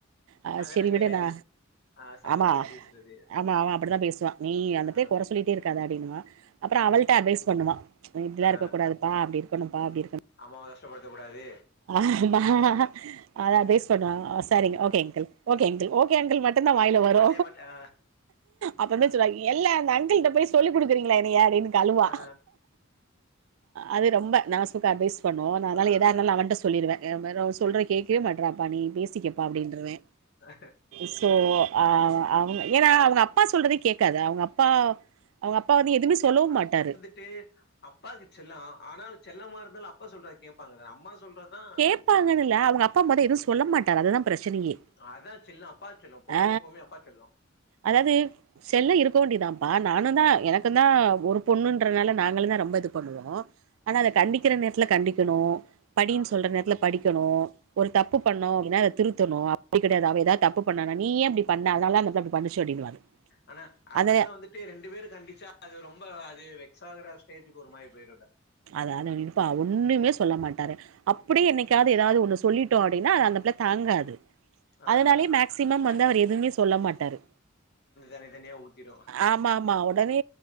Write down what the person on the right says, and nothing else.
அ
செரி
விடு நா
ஆமா
ஆமா அவ அப்டிதா பேசு வா நீ அந்த
பிள்ளே கொற சொல்லிட்டே இருக்காத அப்டின்னுவன் அப்றோ அவள்ட்ட அட்வைஸ் பண்ணுவா நீ இப்டிலா
இருக்கக்கூடாது பா அப்டி இருக்கணு பா
அப்டி இருக்கணு
<inaudible> ஆமா அதா அட்வைஸ் பன்னுவ ஒ சரிங்க
okay uncle okay uncle okay uncle மட்டுதா வாயில வரு
அப் உன்னே
சொல்வ இல்ல அந்த அங்கிள்ட்ட போய் சொல்லிக் குடுக்குறீங்களா என்னைய அப்டின்னு க அழுவா
அது ரொம்ப நாசுகாக அட்வைஸ் பண்ணுவோ நா அதனால
எதாருந்தாலு நா அவன்ட்ட சொல்லடுவே <inaudible> அவ
சொல்றத கேட்க்வேமாடறப்பா நீ பேசிக்கப்பா அப்டின்றவே
ஸ் சோ அ அவுங் ஏனா அவுங்க அப்பா சொல்றதே கேட்காது அவுங்க அப்பா அவுங்க அப்பா வந்து எதுமே சொல்லவும் மாட்டாரு
கேப்பாங்கனுல்ல அவுங்க அப்பா மாரி எது சொல்ல மாட்டார் அதுதா பிரச்சனையே
ஆ
அதாவது செல்லோ இருக்க வேண்டியதாப்பா நானுன்தா
எனக்குந்தா ஒரு பொண்ணுன்றனால நாங்களுந்தா ரொம்ப இது பண்ணுவோ ஆனா அத கண்டிக்கிற நேரத்துல கண்டிக்கணு படின்னு
சொல்ற நேரத்துல படிக்கணு ஒரு தப்பு பண்ணோ அப்டினா அத திருத்தணு அப்படி கெடையாது அவ ஏதா த ப்பு பண்ணா நீ ஏன் இப்டி பண்ண அதனாலதா அந்த புள்ள பண்ணுச்சு அப்டின்னுவாரு
அத
அது <unintelligible> அப்பா ஒண்ணுமே சொல்ல மாட்டாரு அப்டியே இன்னைக்கு என்னைக்காது எதாது ஒன்னு சொல்லிட்டோ அப்டினா அந்த புள்ள தாங்காது
அதனாலயே மேக்சிமம்
வந்து அவர் எதுமே சொல்ல மாட்டாரு
ஆமாமா ஒடனே